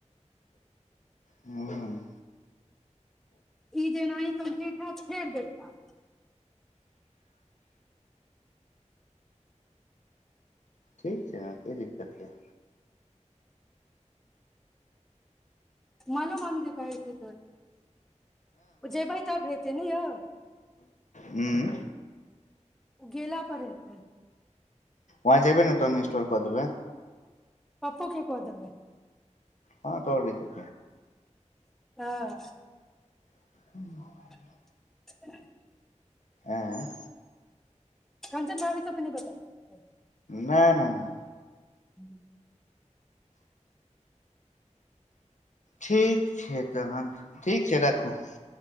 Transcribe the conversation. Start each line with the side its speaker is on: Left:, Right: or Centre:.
Left: हूँ
Centre: ई जेनाही कम्प्लीट हैत फेर देत टास्क
Left: ठीक छै यहाँ की दिक्कत यऽ
Centre: मामो मामी जे कहै छै से जेबइ तब हेत त नहि य
Left: ह्म
Centre: ओगा पड़ैत
Left: वहाँ जेबै ने तोन इंस्टॉल कऽ देबै
Centre: प्पू क कह देबै
Left: हँ तोर भी त
Centre: हँ
Left: ह
Centre: <unintelligible>
Left: आँ
Centre: कञ्चन भाभी सब अपने बता द
Left: नहि नहि नहि
Centre: ह्म
Left: ठीक छै तहन ठीक छै राखू